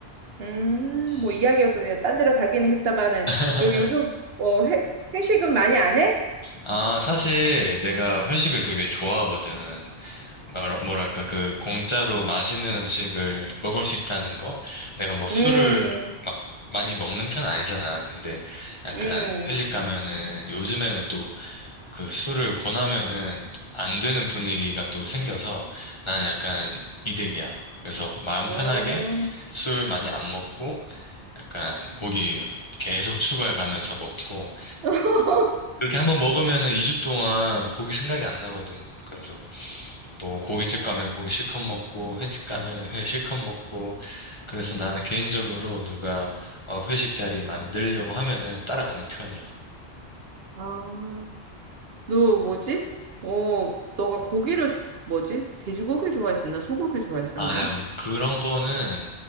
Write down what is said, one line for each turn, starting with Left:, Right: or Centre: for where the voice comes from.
Right: 음,
Left: 음.
Right: 뭐, 이야기가 좀, 그냥 딴 데로 가기는 했다마는,
Left: <laughs>
Right: 요- 요즘, 어, 회, 회식은 많이 안 해?
Left: 아, 사실 내가 회식을 되게 좋아하거든. 말- 뭐랄까, 그 공짜로 맛있는 음식을 먹을 수 있다는 거? 내가 뭐 술을
Right: 음,
Left: 막 많이 먹는 편 아니잖아. 근데 약간
Right: 음,
Left: 회식 가면은 요즘에는 또 그 술을 권하면은 안 되는 분위기가 또 생겨서 나는 약간 이득이야. 그래서 마음
Right: 어.
Left: 편하게 술 많이 안 먹고 약간 고기 계속 추가해가면서 먹고
Right: <laughs>
Left: 그렇게 한번 먹으면은 2주 동안 고기 생각이 안 나거든. 그래서 뭐 고깃집 가면 고기 실컷 먹고 횟집 가면은 회 실컷 먹고 그래서 나는 개인적으로 누가 어, 회식 자리 만들려고 하면은 따라가는 편이야.
Right: 아, 너 뭐지? 어, 너가 고기를 뭐지? 돼지고기를 좋아했었나? 소고기를 좋아했었나?
Left: 아, 내가 그런 거는